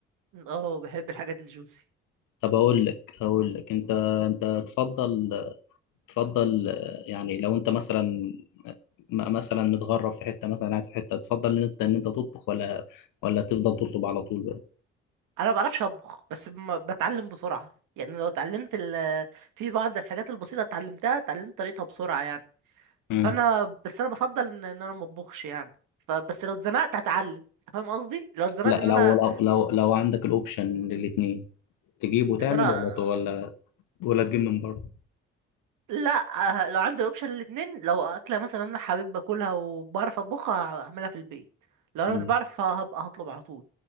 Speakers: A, on the right; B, on the left.
A: اه بحب الحاجات الجوسي
B: طب اقول لك اقول لك انت انت تفضل تفضل آه، يعني لو انت مثلا م- مثلا متغرب في حته مثلا قاعد في حته تفضل ان انت ان انت تطبخ ولا ولا تفضل تطلب على طول بقى
A: انا ما بعرفش اطبخ بس بم- بتعلم بسرعه يعني لو اتعلمت ال... في بعض الحاجات البسيطه اتعلمتها اتعلمت طريقتها بسرعه يعني
B: امم
A: فانا بس انا بفضل ان إن انا ما اطبخش يعني فبس لو اتزنقت هتعلم انت فاهم قصدي لو اتزنقت
B: لا
A: ان
B: لو
A: انا
B: لو لو لو عندك الاوبشن للاثنين تجيب وتعمل
A: ان انا
B: ولا ت- ولا ولا تجيب من بره
A: لا آه، لو عندي اوبشن الاثنين لو اكله مثلا انا حابب باكلها وبعرف اطبخها هعملها في البيت لو انا
B: مم.
A: مش بعرف هبقى هطلب على طول